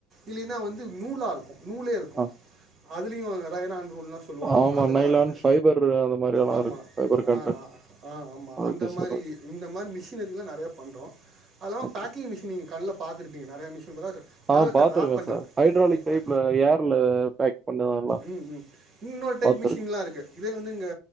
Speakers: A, on the right (about 35°); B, on the right (about 20°).
A: இல்லைன்னா வந்து நூலா இருக்கும் ல்ல
B: ஆ
A: அதுலயும் எலக்ட்ரான் லாம் சொல்லுவாங்க
B: ஆமா.
A: அதுலாம்
B: நைலான்
A: இருக்கு
B: ஃபைபர் அந்த மாரியெல்லாம்
A: ஆமாம்
B: இருக்கும். ஃபைபர் கன்டென்ட்.
A: அ ஆமாம்
B: ஓகே
A: அந்த
B: சார்.
A: மாதிரிஇந்த
B: ஓகே,
A: மாதிரி மிஷன்ஸ் லாம் பண்றோம்
B: ஓகே.
A: பேக்கிங் மிஷன்ஸ் கண்ல பார்த்து இருக்கீங்க தானே
B: ஆ
A: பலட்ட
B: பார்த்துருக்கேன்
A: ராப் பண்றது
B: சார். ஹைட்ராலிக்
A: இப்ப
B: டைப்ல ஏர்ல பேக் பண்ணதெல்லாம்
A: உம் உம் இன்னொரு டைப்
B: பார்த்துருக்கேன்.
A: மிஷின் எல்லாம் இருக்கு இதே வந்து இங்க